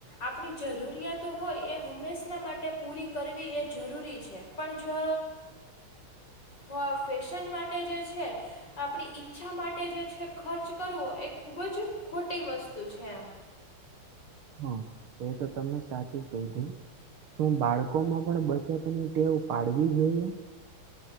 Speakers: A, on the left; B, on the right.
A: આપણી જરૂરિયાત તો હોય એ હંમેશા માટે પૂરી કરવી એ જરૂરી છે, પણ જો હો ફેશન માટે જે છે આપણી ઈચ્છા માટે જે છે, ખર્ચ કરવો એ ખુબ જ ખોટી વસ્તુ છે, એમ
B: હા એ તો તમે સાચું કહીધું. શું બાળકો માં પણ બચતની ટેવ પાડવી જોઈએ